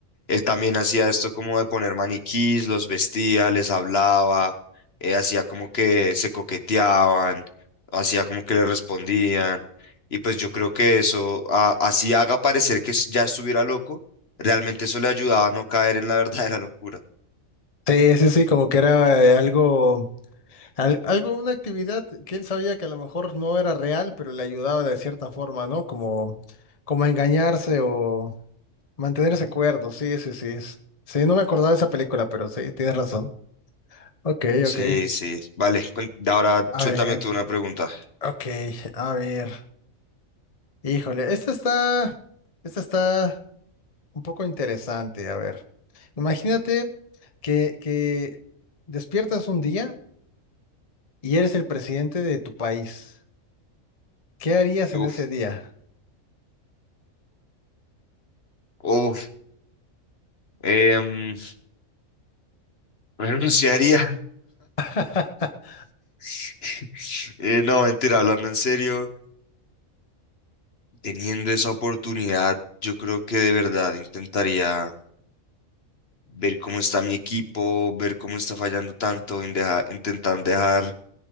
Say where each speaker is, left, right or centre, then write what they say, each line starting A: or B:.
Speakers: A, on the left; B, on the left.
A: él también hacía esto como de poner maniquís, los vestía, les hablaba, eh, hacía como que se coqueteaban, hacía como que le respondían. Y pues yo creo que eso, a- así haga parecer que es- ya estuviera loco, realmente eso le ayudaba a no caer en la <laughs> verdadera locura.
B: Sí, sí, sí, como que era eh, algo. Al- algo, una actividad que él sabía que a lo mejor no era real, pero le ayudaba de cierta forma, ¿no? Como, como a engañarse o mantener ese acuerdo. Sí, sí, sí. es- Sí, no me acordaba de esa película, pero sí, tienes razón. Ok,
A: Sí,
B: ok.
A: sí. Vale, cuen- ahora
B: A
A: suéltame
B: ver,
A: tú una pregunta.
B: ok, a ver. Híjole, esta está, esta está un poco interesante. A ver, imagínate que, que despiertas un día y eres el presidente de tu país. ¿Qué harías en
A: Uf,
B: ese día?
A: uf, em, <laughs> renunciaría.
B: <laughs>
A: <laughs> Eh, no, mentira, hablando en serio. Teniendo esa oportunidad, yo creo que de verdad intentaría ver cómo está mi equipo, ver cómo está fallando tanto, en deja- intentar dejar